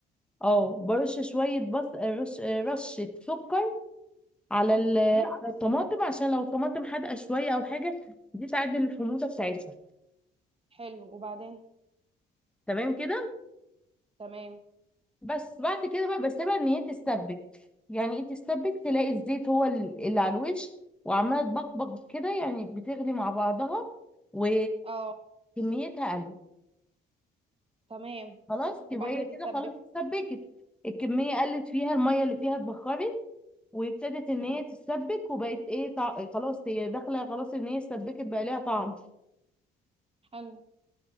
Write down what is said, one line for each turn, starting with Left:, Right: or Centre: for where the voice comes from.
Centre: اه برش شويه بص رش رشه سكر على ال... على
Right: امم
Centre: الطماطم عشان لو الطماطم حادقه شويه او حاجه دي تعدل الحموضه بتاعتها
Right: حلو وبعدين
Centre: تمام كده
Right: تمام
Centre: بس بعد كده بقى بسيبها ان هي تستبك يعني ايه تستبك تلاقي الزيت هو ال- اللي على الوش وعماله تبقبق كده يعني بتغلي مع بعضها و...
Right: اه
Centre: وكميتها قلت
Right: تمام
Centre: خلاص
Right: وبعد
Centre: يبقى هي
Right: ما
Centre: كده
Right: تتسبك
Centre: خلاص اتسبكت الكميه قلت فيها الميه اللي فيها اتبخرت وابتدت ان
Right: امم
Centre: هي تتسبك وبقت ايه طع... خلاص هي داخله خلاص ان هي اتسبكت بقى ليها طعم
Right: حلو